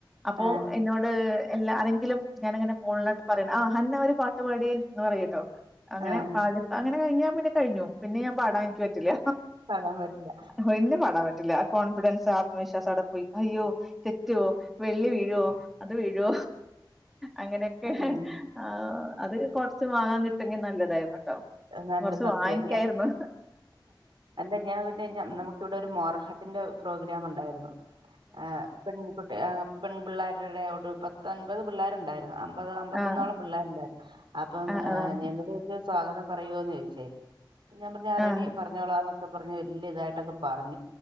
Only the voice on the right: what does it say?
ആ
ആ
പാടമ്പറ്റില്ല
ഉം
നല്ല
സത്യ
ഇ നല്ല ഞാൻ പിന്നെ നമുക്ക് ഇവിടെ ഒരു മോറഹട്ടിൻ്റെ പ്രോഗ്രാം ഉണ്ടായിരുന്നു ആഹ് പെൺകുട്ടി പെൺ പിള്ളേരുടെ ഒരു പത്തൻപത് പിള്ളേരുണ്ടായിരുന്നു അമ്പത് അമ്പത്തൊന്നോളം
പിള്ളേരുണ്ടായിരുന്നു അപ്പം
ഞങ്ങളൊരു സ്വാഗതം പറയുവോന്ന് ചോദിച്ചേ ഞാൻ പറഞ്ഞ
റെഡി പറഞ്ഞോളാ ഒക്കെ പറഞ്ഞഞ് വലിയ ഇതായിട്ടൊക്കെ പറഞ്ഞു